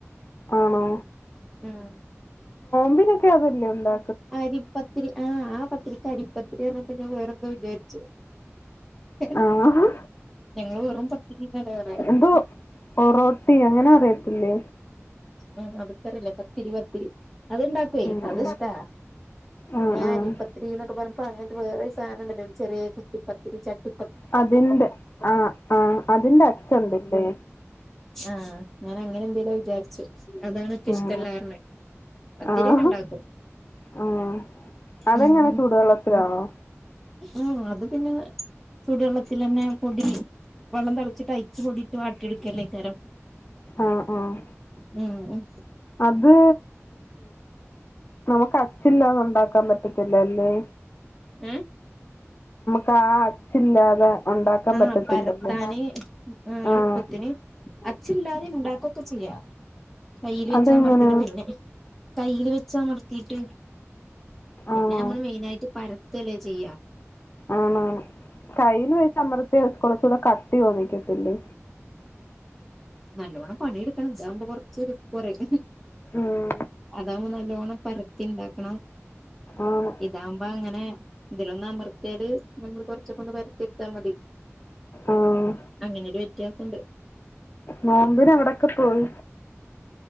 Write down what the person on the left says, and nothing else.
ആണോ
മ്പിനൊക്കെ അതല്ലേ ഉണ്ടാ
ആഹ്
എന്തോ പൊറോട്ടി അങ്ങനെ പറി ത്തില്ലേ
ഉം
ഉം
ആഹ്
ആഹ്
അതിന്റെ ആ ആ അതിന്റെ അച്ച് ണ്ടല്ലേ
ഉം
ആഹ്
ആഹ് അതെങ്ങനെ
ചൂടുവെള്ളത്തിലാണോ
ആഹ് ആഹ്
അത് നമുക്ക് അച്ചില്ലാതെ ഉണ്ടാക്കാൻ പറ്റ ല്ലല്ലേ
കാ അച്ചില്ലാതെ ഉണ്ടാക്കാൻ
പറ്റത്തില്ലല്ലേ
ആഹ്
അതെങ്ങനെ
ആണോ
ആണാണ് കയ്യിൽ വെച്ചമ്മർ കുറച്ചൂടി കട്ടി തോന്നിക്കത്തില്ലേ
ഉം
ആണ്
ആഹ്
നോമ്പിന് എവിടക്കെ പോയി